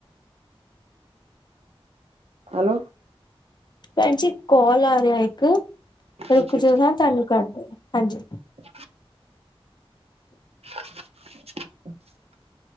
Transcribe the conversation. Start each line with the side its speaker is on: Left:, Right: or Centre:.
Right: ਹੈਲੋ
Left: ਭੈਣ ਜੀ ਕਾਲ ਆ ਰਿਹਾ ਇੱਕ ਰੁਕ
Right: ਅੱਛਾ।
Left: ਜਾੋ ਹਾਂ ਤੁਹਾਨੂੰ ਕਰਦੇ ਹਾਂਜੀ
Right: <unintelligible> <inaudible> <inaudible>